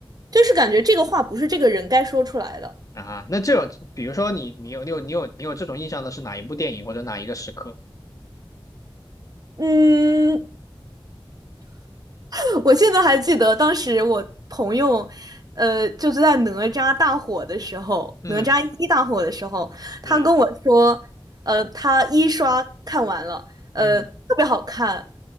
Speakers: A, on the right; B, on the left.
A: 就是感觉这个话不是这个人该说出来的。
B: 啊。那这种，比如说你你有你有你有你有这种印象的是哪一部电影或者哪一个时刻？
A: 嗯，<laughs> 我现在还记得当时我朋友，呃，就是在哪吒大火的时候，
B: 嗯
A: 哪吒一大火的时候，他跟我说，
B: 嗯
A: 呃，他一刷看完了，呃，
B: 嗯
A: 特别好看，